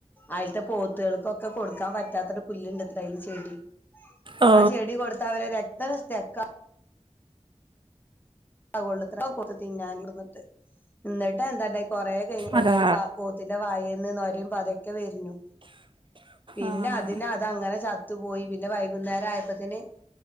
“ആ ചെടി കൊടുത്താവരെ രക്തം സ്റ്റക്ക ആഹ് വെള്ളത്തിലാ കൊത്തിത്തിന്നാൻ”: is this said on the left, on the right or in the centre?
Left